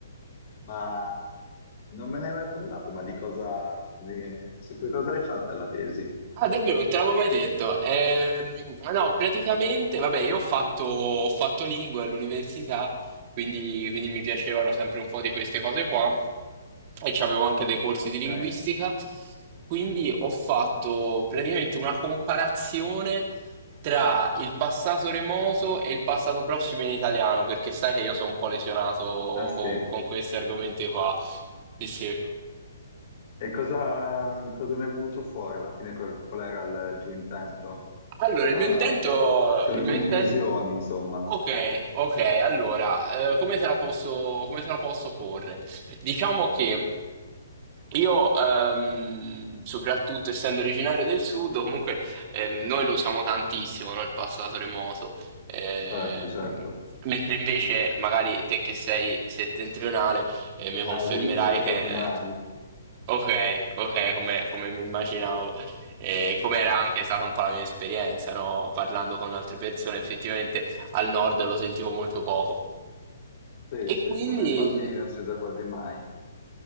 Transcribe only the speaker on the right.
Ah, davvero, non te l'avevo mai detto. Ehm, no, praticamente, vabbè, io ho fatto, ho fatto lingue all'università, quindi, quindi mi piacevano sempre un po' di queste cose qua e c'avevo anche dei corsi
di linguistica, quindi ho fatto praticamente una comparazione tra il passato remoto e il passato prossimo in italiano, perché sai che io sono un po' lesionato
co-
con questi argomenti qua. Sì, sì.
Allora,
il mio intento,
il
mio
intento...
Ok, ok, allora, eh, come te la posso, come te la posso porre? Diciamo che io, ehm, soprattutto essendo originario del sud, comunque ehm, noi lo usiamo tantissimo, no? Il passato remoto, Ehm,
mentre invece magari te che sei settentrionale eh, mi confermerai
che...
Ok, ok, come come mi immaginavo. E come era anche stata un po' la mia esperienza, no? Parlando con altre persone, effettivamente al nord lo sentivo molto poco.
E
quindi
mh,